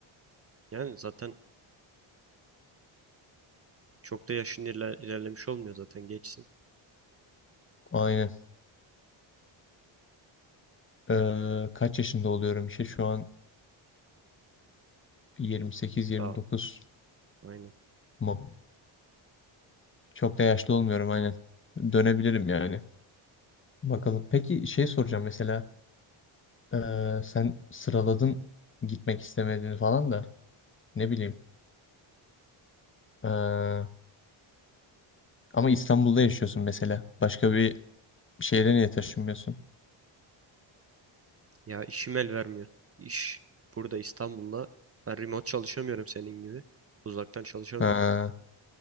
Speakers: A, on the right (about 30°); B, on the left (about 25°).
A: Yani zaten çok da yaşın iler- ilerlemiş olmuyor zaten geçsin.
B: Aynen. Ee, kaç yaşında oluyorum işte şu an 28-29
A: Daha aynen.
B: mu? Çok da yaşlı olmuyorum aynen. Dönebilirim yani. Bakalım. Peki şey soracağım mesela ee, sen sıraladın gitmek istemediğini falan da ne bileyim. Ee, ama İstanbul'da yaşıyorsun mesela. Başka bir şehre niye taşınmıyorsun?
A: Ya işim el vermiyor. İş burada İstanbul'da. Ben remote çalışamıyorum senin gibi. Uzaktan çalışamıyorum.
B: Ha,